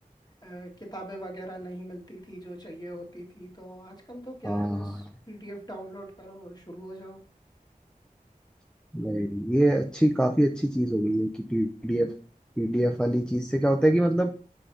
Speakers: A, on the left; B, in the centre.
A: अ, किताबें वगैरह नहीं मिलती थी जो चाहिए होती थी तो आजकल तो क्या
B: हाँ
A: है बस पीडीएफ डाउनलोड करो और शुरू हो जाओ
B: नहीं ये अच्छी काफी अच्छी चीज हो गई है कि पीडीएफ पीडीएफ वाली चीज से क्या होता है कि मतलब